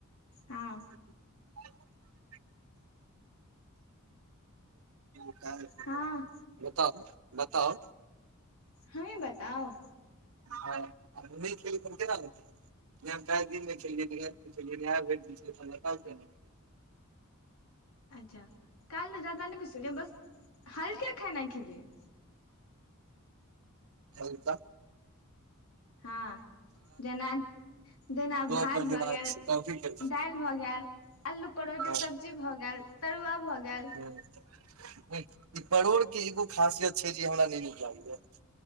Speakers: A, on the right; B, on the left.
A: <inaudible>
B: हँ
A: <unintelligible>
B: हँ
A: बताउ बताउ <inaudible>
B: हम ही बताउ
A: हँ हम नहि खेलिए त केना बताऊ नहि हम काइल दीन खेलियै नहि राइत खेलियै नाए आए भैर दिन खेलिए त हम द बतातै केना
B: जा काइल जादा नहि कुछ बस हल्का खेनाइ खेलियै
A: ह ता <inaudible>
B: हँ जेना जेना
A: गप
B: भात
A: पर
B: भऽ
A: दिमाग
B: गेल
A: छै कॉपी केलखिन
B: दाल भऽ गेल आलू परोरके
A: हँ
B: सब्जी भऽ गैल तरुआ भऽ गैल
A: <inaudible> ई परोड़के एगो खासियत छै जे हमरा नय निक लागयै